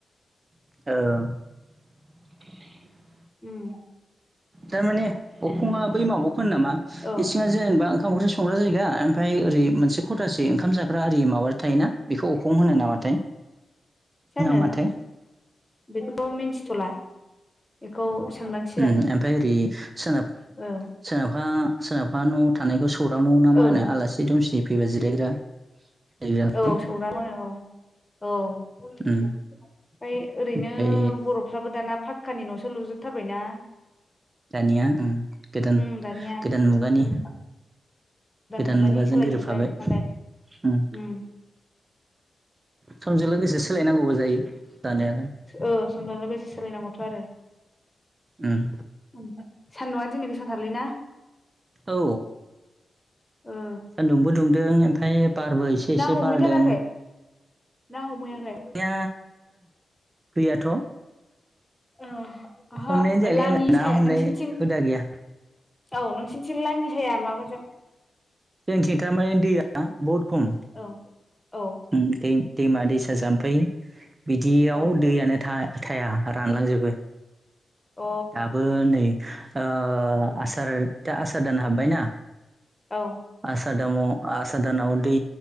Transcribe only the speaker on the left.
उम।
औ
जानो
बेखौ मिन्थिथला बेखौ सोंनांसिगोन
ओ
ओ
औ सौराम होनो औ औ। ओमफाय
ओरैनो
बरफ्राबो दाना फाथ कानि नसो लुजोबथारबायना?
उम दानिया
उम
मुगानि
सोलायजोब्बाय
मालाय
उम
औ समजों लोगोसे सोलायनांगौथ आरो।
ओमफ्राय सान्दुंआ दिनै गोसा थारलै ना?
ओ
ना
हमहैथाराखै
ना हमहैयाखै?
ओह ओहो
लाङि
साया
नोंसिनिथिं
औ नोंसिनिथि लाङि जाया माबाजों
औ औ
औ
अ
उम
औ।